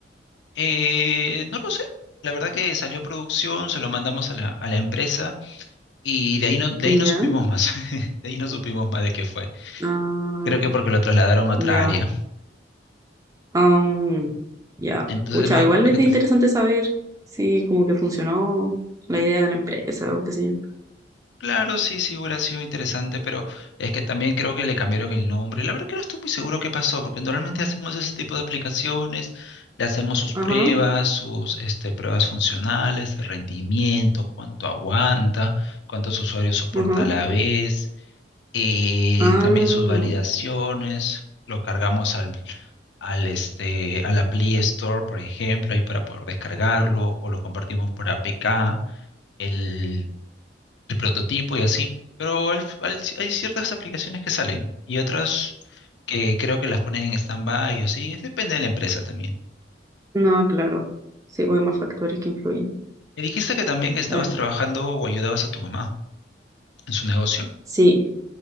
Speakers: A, on the left (about 80°); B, on the right (about 20°).
A: eh, no lo sé. La verdad que salió producción, se lo mandamos a la, a la empresa y de ahí no, de
B: Ya,
A: ahí no supimos más. <laughs> De ahí no supimos más de qué fue.
B: ah,
A: Creo que porque lo trasladaron a otra
B: ya.
A: área.
B: am, ya.
A: Entonces,
B: Pucha,
A: más,
B: igual
A: más
B: es
A: que
B: interesante
A: todo.
B: saber si como que funcionó la idea de la empresa o qué sé yo.
A: Claro, sí, sí hubiera sido interesante, pero es que también creo que le cambiaron el nombre. La verdad que no estoy muy seguro qué pasó, porque normalmente
B: Ah,
A: hacemos ese tipo de aplicaciones, le hacemos sus
B: Ajá,
A: pruebas, sus este, pruebas funcionales, de rendimiento, cuánto aguanta, cuántos usuarios soporta
B: ajá.
A: a la vez, eh,
B: Ah,
A: también sus validaciones. Lo cargamos al, al este, a la Play Store, por ejemplo, ahí para poder descargarlo, o lo compartimos por APK. El el prototipo y así. Pero al- al- hay ciertas aplicaciones que salen y otras que creo que las ponen en stand-by o así. Es Depende de la empresa también.
B: no, claro. Sí, pues hay más factores que influyen.
A: Me dijiste que también estabas
B: Eh,
A: trabajando o ayudabas a tu mamá en su negocio.
B: sí,